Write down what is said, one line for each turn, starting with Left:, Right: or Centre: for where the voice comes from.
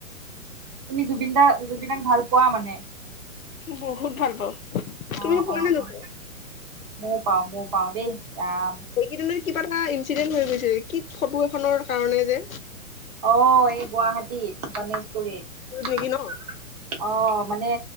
Right: তুমি জুবিন দাৰ জুবিনাক ভাল পোৱা মানে
Left: বহুত ভাল পাওঁ। তুমি
Right: অ -অ
Left: পোৱা নে
Right: -অ
Left: নোপোৱা
Right: ময়ো পাওঁ মই পাওঁ দেই। ৰাম।
Left: এইকেইদিনত কিবা এটা ইনঞ্চিডেন্ট হৈ গৈছে কি ফটো এখনৰ কাৰণে যে।
Right: অ', এই গুৱাহাটীত। গণেশগুৰিত
Left: নেকি
Right: অ,
Left: ন
Right: মানে